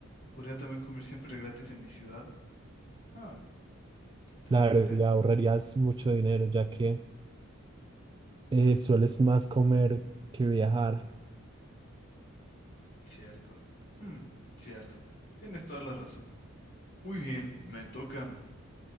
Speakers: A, on the left; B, on the right.
A: podría también comer siempre gratis en mi ciudad. Ah, interesante.
B: Claro, y ahorrarías mucho dinero ya que eh, sueles más comer que viajar.
A: Cierto. Hmm, cierto. Tienes toda la razón. Muy bien, me toca a mí.